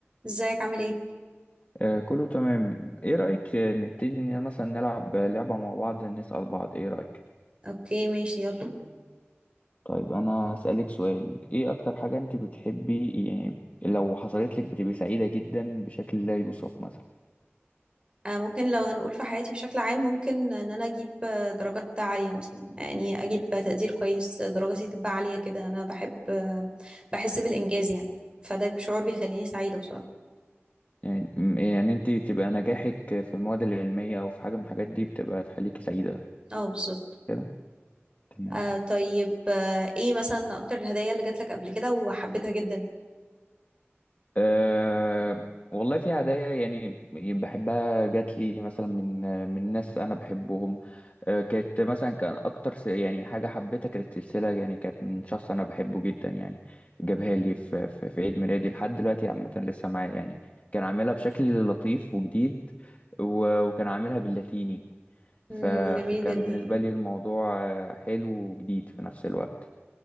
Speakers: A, on the right (about 25°); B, on the left (about 35°).
A: ازيك عامل ايه
B: آه، كله تمام ايه رأيك نبتدي ان مثلا نلعب لعبة مع بعض نسأل بعض ايه رأيك
A: اوكي ماشي يلا
B: طيب انا هسألك سؤال ايه اكتر حاجة انت بتحبي يعني لو حصلت لك بتبقي سعيدة جدا بشكل لا يوصف مثلا
A: آه ممكن لو هنقول في حياتي بشكل عام ممكن ان انا اجيب آه، درجات عالية مثلا يعني اجيب آه، تقدير كويس آه، درجتي تبقى عالية كده انا بحب آه بحس بالانجاز يعني فده شعور بيخليني سعيدة بصراحة
B: يعني م- يعني انت تبقى نجاحك في المواد العلمية او في حاجة من الحاجات دي بتبقى تخليكي سعيدة
A: اه بالظبط
B: كده تمام
A: آه طيب آه ايه مثلا اكتر الهدايا اللي جات لك قبل كده وحبيتها جدا
B: أه والله في هدايا يعني بحبها جات لي مثلا من من ناس انا بحبهم أه كانت مثلا كان اكتر س- يعني حاجه حبيتها كانت سلسله يعني كانت من شخص انا بحبه جدا يعني جابها لي في في, في عيد ميلادي لحد دلوقتي عامه لسه معايا يعني كان عاملها بشكل لطيف وجديد و- وكان عاملها باللاتيني ف-
A: مم جميل
B: فكان
A: جدا
B: بالنسبه لي الموضوع آه، حلو وجديد في نفس الوقت